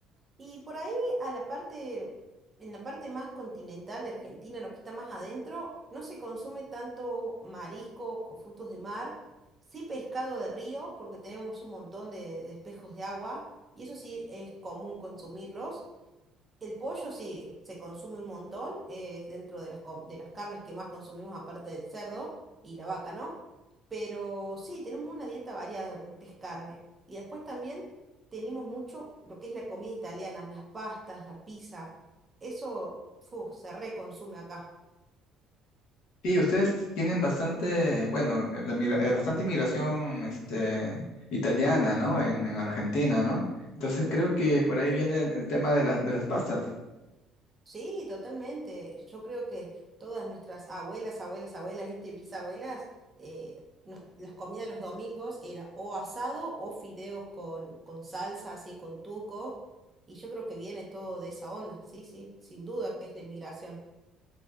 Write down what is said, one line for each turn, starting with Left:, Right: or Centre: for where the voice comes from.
Right: Y por ahí a la parte, en la parte más continental de Argentina, lo que está más adentro, no se consume tanto marisco o frutos de mar, sí pescado de río, porque tenemos un montón de, de espejos de agua, y eso sí es común consumirlos. El pollo sí, se consume un montón, es dentro de las, com- de las carnes que más consumimos aparte del cerdo y la vaca, ¿no? Pero sí, tenemos una dieta variada en lo que es carne. Y después también tenemos mucho lo que es la comida italiana, las pastas, la pizza. Eso, fu, se reconsume acá.
Left: Sí, ustedes tienen bastante, bueno, eh, la migra- eh, bastante inmigración este, italiana, ¿no? En, en Argentina, ¿no? Entonces creo que por ahí viene el, el tema de, las de las pastas.
Right: Sí, totalmente. Yo creo que todas nuestras abuelas, abuelas, abuelas, viste, bisabuelas, eh, nos- las comidas de los domingos era o asado o fideos con, con salsa, así, con tuco. Y yo creo que viene todo de esa onda, sí, sí, sin duda que es la inmigración.